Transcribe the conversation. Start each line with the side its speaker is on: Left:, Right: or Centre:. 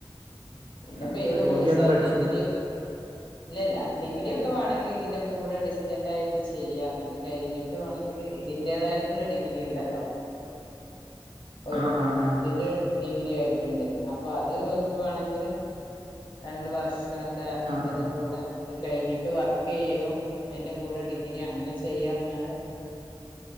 Left: പിന്നെപ്പം
Right: ആ, അപ്പൊ
Left: ഏത്
Right: ഡിഗ്രി
Left: കോഴ്സായാലും
Right: ഒന്നും പഠിച്ചില്ല
Left: ഡിഗ്രി ഇല്ലല്ല ഡിഗ്രി ഒക്കെ വേണങ്കിൽ ഇതിന്റെ കൂടെ ഡിസ്റ്റൻറ് ആയിട്ട് ചെയ്യാർഞ് ഇത് കഴിഞ്ഞി ട്ട് വാണെങ്കില് ഇതിന്റേതായിട്ടുള്ള ഡിഗ്രി ഇണ്ടല്ലോ ഓൽക്ക്
Right: ആഹ് ആഹ് ആഹ്
Left: ഇതിന്റെ ഡിഗ്രി ആയിട്ടുണ്ട് അപ്പൊ അത് ഓൽക്കുവാണെങ്കില് രണ്ട്‌ വർഷത്തെ
Right: ആഹ്
Left: ഇതിന്റെ
Right: ആഹ്
Left: കൂടെ അത് കഴിഞ്ഞിട്ട് വർക്ക് ചെയ്യലും അയ്ന്റെ കൂടെ ഡിഗ്രി അങ്ങനെ ചെയ്യാർഞ്ഞാണ്ട്